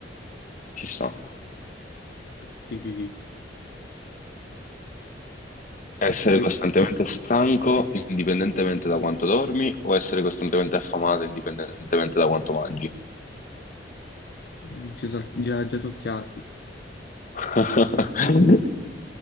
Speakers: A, on the left; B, on the left.
A: ci sta.
B: Sì, sì, sì.
A: Essere
B: Poi-
A: costantemente stanco indipendentemente da quanto dormi o essere costantemente affamato indipendentemente da quanto mangi?
B: Già, già, già so chiatto.
A: <laughs>